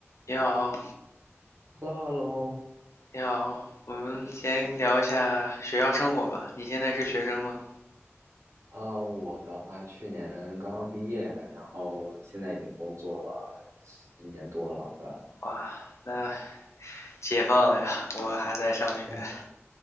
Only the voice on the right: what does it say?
Hello，Hello，
呃，我的话去年刚刚毕业，然后现在已经工作了一年多了，对吧？
<laughs>